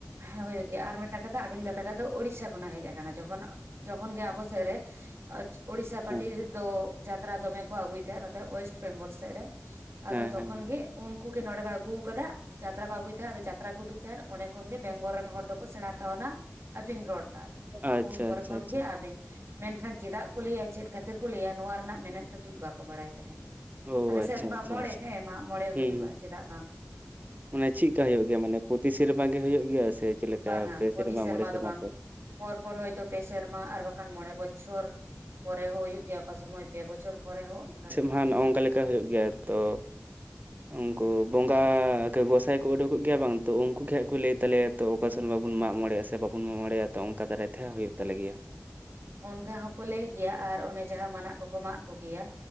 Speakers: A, on the right; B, on the right.
A: ᱦᱮᱸ ᱦᱩᱭᱩᱜ ᱜᱮᱭᱟ, ᱟᱨ ᱢᱤᱫᱴᱟᱝ ᱠᱟᱛᱷᱟ ᱟᱵᱤᱱ ᱠᱟᱛᱷᱟ ᱴᱷᱟᱜ ᱫᱚ ᱳᱲᱤᱥᱟ ᱠᱷᱚᱱᱟᱜ ᱦᱮᱡ ᱟᱠᱟᱱᱟ ᱡᱚᱠᱷᱚᱱ ᱡᱚᱠᱷᱚᱱ ᱜᱮ ᱟᱵᱚ ᱥᱮᱫ ᱨᱮ ᱟᱡ ᱩᱲᱤᱥᱥᱟ ᱯᱟᱴᱤ
B: ᱦᱮᱸ
A: ᱫᱚ ᱡᱟᱛᱨᱟ ᱫᱚᱢᱮ ᱠᱚ ᱟᱹᱜᱩᱭ ᱛᱟᱦᱮᱸᱫ ᱱᱚᱛᱮ ᱳᱭᱮᱥᱴ ᱵᱮᱝᱜᱚᱞ ᱥᱮᱫ ᱨᱮ᱾ ᱟᱫᱚ
B: ᱦᱮᱸ
A: ᱛᱚᱠᱷᱚᱱ
B: ᱦᱮᱸ ᱦᱮᱸ
A: ᱜᱮ ᱩᱱᱠᱩ ᱜᱮ ᱱᱚᱰᱮ ᱠᱚ ᱟᱹᱜᱩᱣ ᱟᱠᱟᱫᱟ ᱡᱟᱛᱨᱟ ᱠᱚ ᱟᱹᱜᱩᱭ ᱛᱟᱦᱮᱸᱫ ᱟᱫᱚ ᱡᱟᱛᱨᱟ ᱠᱚ ᱩᱫᱩᱠ ᱛᱟᱦᱮᱸᱫ ᱚᱸᱰᱮ ᱠᱷᱚᱱ ᱜᱮ ᱵᱮᱝᱜᱚᱞ ᱨᱮᱱ ᱦᱚᱲ ᱫᱚᱠᱚ ᱥᱮᱬᱟ ᱠᱟᱣᱱᱟ᱾ ᱟᱹᱵᱤᱱ ᱨᱚᱲ ᱴᱟᱜ᱾
B: ᱟᱪᱪᱷᱟ
A: ᱩᱱ ᱯᱚᱨᱮ
B: ᱟᱪᱪᱷᱟ
A: ᱠᱷᱚᱱᱜᱮ
B: ᱟᱪᱪᱷᱟ
A: ᱟᱹᱵᱤᱱ᱾ ᱢᱮᱱᱠᱷᱟᱱ ᱪᱮᱫᱟᱜ ᱠᱚ ᱞᱟᱹᱭᱟ ᱪᱮᱫ ᱠᱷᱟᱹᱛᱤᱨ ᱠᱚ ᱞᱟᱹᱭᱟ ᱱᱚᱣᱟ ᱨᱮᱱᱟᱜ ᱢᱮᱱᱮᱫ ᱫᱚ ᱴᱷᱤᱠ ᱵᱟᱠᱚ ᱵᱟᱲᱟᱭ ᱛᱟᱦᱮᱱ᱾
B: ᱳ
A: ᱟᱞᱮᱥᱮᱫ
B: ᱟᱪᱪᱷᱟ
A: ᱢᱟᱜᱽ
B: ᱟᱪᱪᱷᱟ
A: ᱢᱚᱬᱮ
B: ᱟᱪᱪᱷᱟ
A: ᱦᱮᱸ ᱢᱟᱜ ᱢᱚᱬᱮ
B: ᱦᱩᱸ
A: ᱦᱩᱭᱩᱜᱼᱟ ᱪᱮᱫᱟᱜ ᱵᱟᱝ᱾
B: ᱢᱟᱱᱮ ᱪᱮᱫᱠᱟ ᱦᱩᱭᱩᱜ ᱜᱮᱭᱟ ᱢᱟᱱᱮ ᱯᱚᱛᱤ ᱥᱮᱨᱢᱟ ᱜᱮ ᱦᱩᱭᱩᱜ ᱜᱮᱭᱟ ᱥᱮ ᱪᱮᱫᱠᱟ
A: ᱵᱟᱝᱟ
B: ᱯᱮ
A: ᱯᱨᱚᱛᱤ
B: ᱥᱮᱨᱢᱟ ᱢᱚᱬᱮ ᱥᱮᱨᱢᱟ
A: ᱫᱚ ᱵᱟᱝ
B: ᱯᱚᱨ?
A: ᱯᱚᱨ ᱯᱚᱨ ᱦᱭᱛᱚ ᱯᱮ ᱥᱮᱨᱢᱟ ᱟᱨ ᱵᱟᱠᱷᱟᱱ ᱢᱚᱬᱮ ᱵᱚᱪᱷᱚᱨ᱾ ᱯᱚᱨᱮ ᱦᱚᱸ ᱦᱩᱭᱩᱜ ᱜᱮᱭᱟ ᱚᱠᱟ ᱥᱳᱚᱢᱚᱭ ᱯᱮ ᱵᱚᱪᱷᱚᱨ ᱯᱚᱨᱮ ᱦᱚᱸ ᱚᱱᱠᱟ᱾
B: ᱦᱮᱸ ᱱᱚᱜᱼᱚᱝᱠᱟ ᱞᱮᱠᱟ ᱦᱩᱭᱩᱜ ᱜᱮᱭᱟ ᱛᱚ ᱩᱱᱠᱩ ᱵᱚᱸᱜᱟ ᱜᱮ ᱜᱚᱸᱥᱟᱭ ᱠᱚ ᱩᱰᱩᱠᱚᱜ ᱜᱮᱭᱟ ᱵᱟᱝ ᱛᱚ ᱩᱱᱠᱩ ᱜᱮ ᱦᱟᱸᱜ ᱠᱚ ᱞᱟᱹᱭ ᱛᱟᱞᱮᱭᱟ᱾ ᱛᱚ ᱚᱠᱟ ᱥᱮᱨᱢᱟ ᱵᱚᱱ ᱢᱟᱜᱽ ᱢᱚᱬᱮᱜ-ᱟ ᱥᱮ ᱵᱟᱵᱚᱱ ᱢᱟᱜᱽ ᱢᱚᱲᱮᱜ-ᱟ ᱛᱚ ᱚᱱᱠᱟ ᱫᱟᱨᱟᱭ ᱛᱮᱦᱚ ᱦᱩᱭᱩᱜ ᱛᱟᱞᱮ ᱜᱮᱭᱟ᱾
A: ᱚᱱᱠᱟ ᱦᱚᱸᱠᱚ ᱞᱟᱹᱭ ᱜᱮᱭᱟ ᱟᱨ ᱚᱱᱮ ᱡᱟᱦᱟᱸ ᱢᱟᱱᱟᱜ ᱠᱚᱠᱚ ᱢᱟᱜ ᱠᱚᱜᱮᱭᱟ